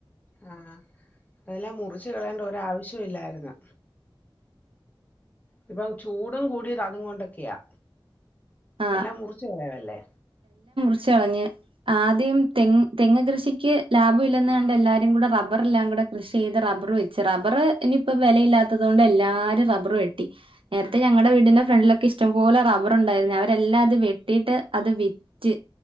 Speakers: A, on the left; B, on the right.
A: ആ അതെല്ലാം മുറച്ച് കളയണ്ട ഒരാവശ്യം ഇല്ലായിര്ന്ന്. ഇപ്പൊ ചൂടും കൂടിയത് അതും കൊണ്ടൊക്കെയാ.
B: ആഹ്
A: എല്ലാം മുറിച്ച് കളയവല്ലേ
B: ച്ച് കളഞ്ഞ് ആദ്യം തെ തെങ്ങ് കൃഷിക്ക് ലാഭം ഇല്ലെന്ന് കണ്ട് എല്ലാരും കൂടെ റബ്ബറെല്ലാം കൂ കൃഷി ചെയ്ത് റബ്ബർ വെച്ച് റബ്ബർ ഇനിപ്പോ വെലയില്ലാത്തത് കൊണ്ട് എല്ലാരും റബർ വെട്ടി. നേരത്തെ ഞങ്ങളുടെ വീടിന്റെ ഫ്രണ്ടിലൊക്കെ ഇഷ്ടം പോലെ റബുണ്ടായിര്ന്ന് അവരെല്ല അത് വെ ട്ടിട്ട് അത് വിറ്റ്